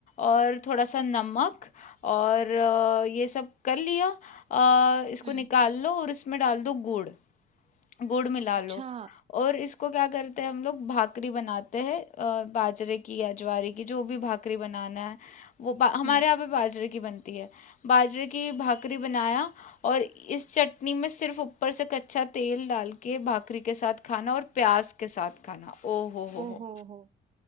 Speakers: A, on the left; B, on the right.
A: और थोड़ा सा नमक और अ, ये सब कर लिया अ, इसको
B: हम्म
A: निकाल लो और इसमें डाल दो गुड़ गुड़ मिला
B: अच्छा
A: लो और इसको क्या करते हैं हम लोग भाकरी बनाते हैं अ, बाजरे की या ज्वारे की जो भी भाकरी बनाना है वो बा, हमारे
B: हम्म
A: यहाँ पे बाजरे की बनती है बाजरे की भाकरी बनाया और इस चटनी में सिर्फ ऊपर से कच्चा तेल डाल के भाकरी के साथ खाना और प्याज के साथ खाना ओ हो हो
B: ओहो
A: हो
B: हो